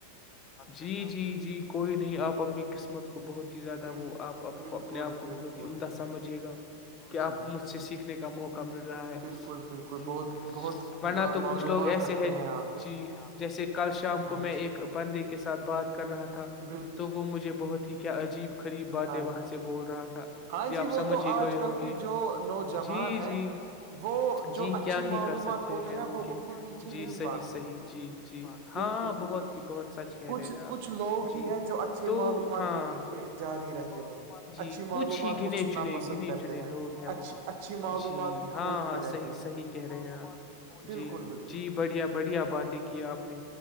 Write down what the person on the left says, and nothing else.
جی جی جی کوئی نہیں آپ اپنی قسمت کو کو بہت ہی زیادہ
وہ آپپ
کو اپنے آپ کو
بہت ہی عمدہ
سمجھے گا کہ
آپ کو
مجھ سے
سیکھنے کا موقع مل رہا ہے
جی
ورنہ تو
کچھ لوگ ایسے
ہے
جی جیسے کل شام
کو میں
ایک
بندے کے ساتھ بات کر رہا تھا
تو وہ مجھے بہت ہی کیا عجیب خریب باتیں
وہاں
سے بول رہا تھا
جی آپ سمجھ
ہی
گئے
ہوں گے
جی
جی
جی
کیا ہی
کر سکتے
ہیں ان
کے
جی
صحیح
صحیح جی جی ہاں
بہت ہی بہت سچ کہہ
رہے ہیں آپ
جی
تو
ہاں
ہاں
جی
کچھ ہی
گنے
چنے
گنے
چنے لوگ ہیں
وہ
جی
ہاں
ہاں
صحی
صحیح کہہ رہے ہیں آپ
جی
جی بڑھیا بڑھیا بادے کیا آپ نے